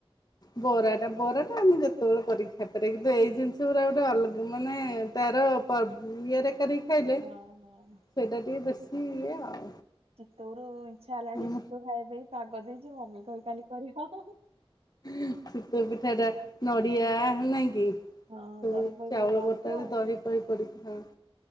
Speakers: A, on the left; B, on the right.
A: ବରାଟା, ବରାଟା ଆମେ ଯେତେବେଳେ କରିକି ଖାଇପାରିବା କିନ୍ତୁ ଏଇ ଜିନିଷ ଗୁରା ଗୋଟେ ଅଲଗ ମାନେ ତାର କ୍ଷୀର ପା ବୁ ଇଏରେ କରିକି ଖାଇଲେ
B: ହଁ। ହଁ
A: ସେଇଟା ଟିକେ ବେଶୀ ଇଏ ଆଉ।
B: ତୋର ଇଚ୍ଛା ହେଲାଣି
A: ଆମ
B: ଚିତଉ ଖାଇବା ପାଇଁ, ପାଗ ଦେଇଛି ମମିକି କହିବି କାଲି କରିବ।
A: ଚିତଉ ପିଠାଟା ନଡ଼ିଆ ନାଇଁକି
B: ହଁ
A: ସବୁ
B: ଦହି ଫହି
A: ଚାଉଳ
B: ସବୁ ପଡିଥିବ
A: ବଟାରେ ଦହି ଫହି ପଡିକି ହଁ।